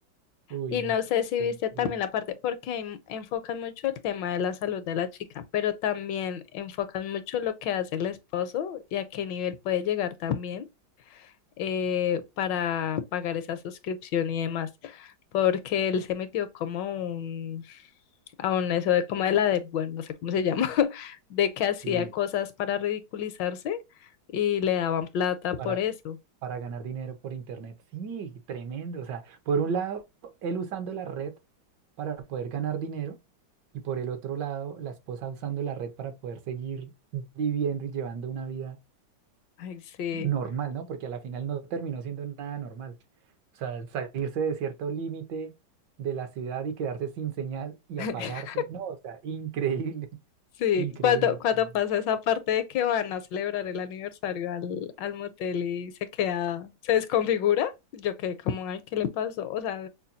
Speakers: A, on the right; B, on the left.
A: Uy,
B: Y
A: no.
B: no sé si
A: fue
B: viste
A: increíble.
B: también la parte, porque en- enfocan mucho el tema de la salud de la chica, pero también enfocan mucho lo que hace el esposo y a qué nivel puede llegar también eh, para pagar esa suscripción y demás, porque él se metió como un, a un eso de como de la de, bueno, no sé cómo se llama, <laughs> de que hacía
A: Sí,
B: cosas para ridiculizarse y le daban plata por
A: para,
B: eso.
A: para ganar dinero por internet. Sí, tremendo. O sea, por un lado, él usando la red para poder ganar dinero y por el otro lado, la esposa usando la red para poder seguir viviendo y llevando una vida
B: Ay, sí.
A: normal, ¿no? Porque a la final no terminó siendo nada normal. O sea, salirse de cierto límite de la ciudad y quedarse sin señal y
B: <laughs>
A: apagarse, no, o sea, increíble, <laughs>
B: Sí,
A: increíble.
B: cuando, cuando
A: increíble.
B: pasa esa parte de que van a celebrar el aniversario al, al motel y se queda, se desconfigura, yo quedé como, ay, ¿qué le pasó? O sea,